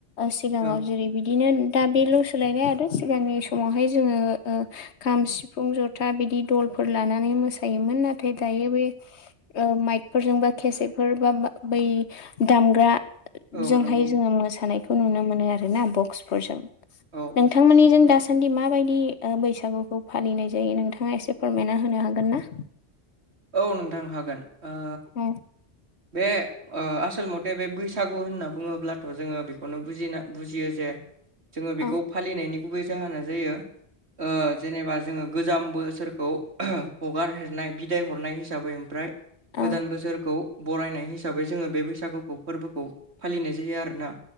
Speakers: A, on the left; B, on the right.
A: सिगाङाव
B: औ
A: जेरै बिदिनो दा बेल' सोलायनाय आरो सिगांनि समावहाय जोंङो खाम सिफुं जथा बिदि दलफोर लानानै मोसायोमोन नाथाय दायो बे औ माइकफोरजों बा खसेफोर बा बै दामग्रा
B: औ
A: जोंहाय
B: नंगौ
A: जोङो मोसानायखौ नुनो मोनो आरोना बक्सफोरजों।
B: औ
A: नोंथांमोननिजों
B: औ
A: दा- सान्दि माबायदि ओ बैसागुखौ फालिनाय जायो नोंथाङा एसे फोरमायना होनो हागोन ना?
B: औ नोंथां हागोन ओ
A: औ
B: बे ओ आसल मथे बे बैसागु होनना बुङोब्लाथ' जोंङो बेखौनो बुजिना बुजियो जे जोंङो बेखौ
A: औ
B: फालिनायनि गुबै जाहोना जायो ओ जेनेबा जोंङो गोजाम बो- सोरखौ हगार हरनाय बिदाय हरनाय हिसाबै ओमफ्राय
A: औ
B: गोदान बोसोरखौ बरायनाय हिसाबै जोंङो बे बैसागुखौ फोरबोखौ फालिनाय जायो आरोना।